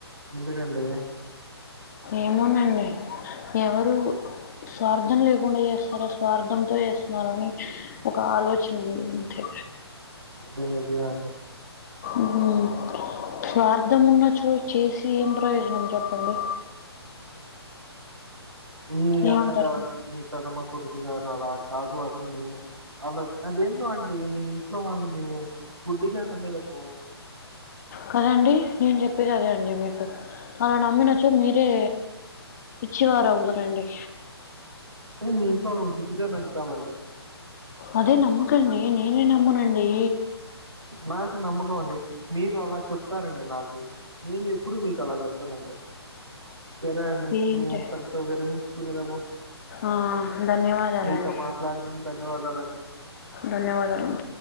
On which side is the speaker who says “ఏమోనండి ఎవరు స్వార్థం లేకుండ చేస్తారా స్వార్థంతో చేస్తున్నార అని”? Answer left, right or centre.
Left